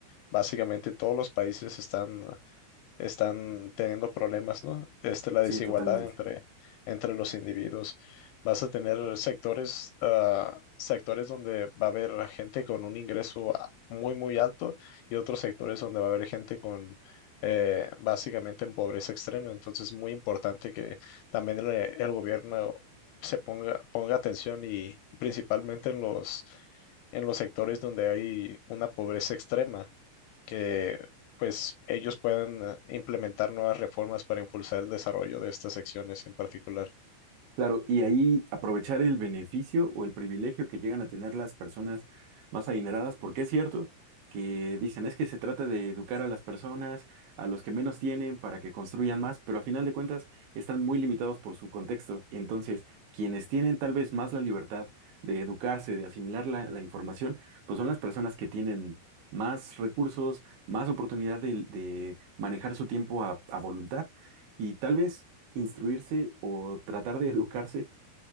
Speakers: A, on the left (about 80°); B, on the right (about 70°).
A: básicamente todos los países están están teniendo problemas, ¿no? Este, la
B: Sí,
A: desigualdad
B: totalmente.
A: entre, entre los individuos. Vas a tener sectores, ah, sectores donde va a haber gente con un ingreso a- muy, muy alto y otros sectores donde va a haber gente con eh, básicamente en pobreza extrema. Entonces es muy importante que también el, el gobierno se ponga, ponga atención y principalmente en los, en los sectores donde hay una pobreza extrema que pues ellos puedan eh, implementar nuevas reformas para impulsar el desarrollo de estas secciones en particular.
B: Claro, y ahí aprovechar el beneficio o el privilegio que llegan a tener las personas más adineradas, porque es cierto que dicen es que se trata de educar a las personas, a los que menos tienen, para que construyan más, pero a final de cuentas están muy limitados por su contexto. Entonces, quienes tienen tal vez más la libertad de educarse, de asimilar la, la información, pues son las personas que tienen más recursos, más oportunidad de, de manejar su tiempo a a voluntad. Y tal vez instruirse o tratar de educarse